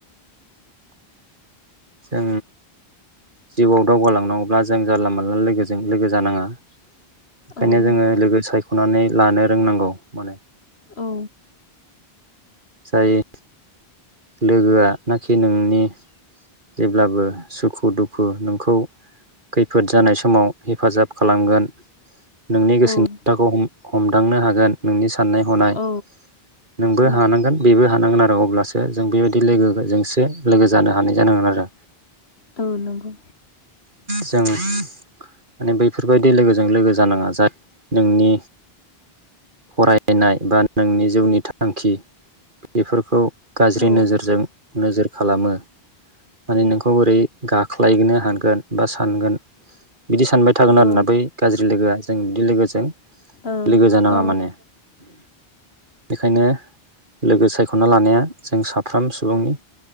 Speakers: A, on the right; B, on the left.
A: जों जिउआव दावगालांनांगौब्ला जों जानला मानला लोगोजों लोगो जानाङा ओंखायनो
B: औ
A: जोङो
B: नंगौ
A: लोगो सायख'नानै लानो रोंनांगौ माने
B: औ
A: जायो। लोगोआ नाखि नोंनि जेब्लाबो सुखु दुखु नोंखौ खैफोद जानाय समाव हेफाजाब खालामगोन। नोंनि गोसोनिथाखौ
B: औ
A: हमदांनो हागोन नोंनि स साननाय हनाय
B: औ
A: नोंबो
B: औ
A: हानांगोन बेबो हानांगोन आरो अब्लासो जों बेबायदि लोगोजोंसो लोगो जानो हानाय जानांगोन आरो।
B: औ नंगौ
A: जोंङो माने बैफोरबायदि लोगोजों लोगो जानाङा जा नोंनि फरायनाय बा नोंनि जिउनि थांखि बेफोरखौ गाज्रि
B: औ
A: नोजोरजों नोजोर खालामो माने नोंखौ बोरै गाख्लायोननो हानो गोन बा सानगोन बिदि सानबाय थागोन
B: औ
A: आरोना बै गाज्रि लोगोआ जों बिदि लोगोजों
B: औ
A: लोगो जानांङा
B: औ
A: माने बेखायनो लोगो सायखना लानाया जों साफ्राम सुबुंनि